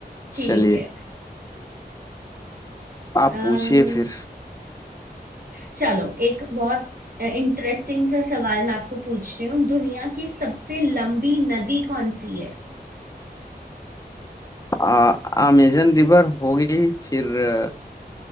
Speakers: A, on the right; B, on the left.
A: ठीक
B: चलिए
A: है
B: आप
A: अम्म,
B: पूछिए फिर
A: चलो एक बहुत इंटरेस्टिंग सा सवाल मैं आपको पूछती हूँ दुनिया की सबसे लंबी नदी कौन सी है
B: आ, अमेजन रिवर होगी फिर अ,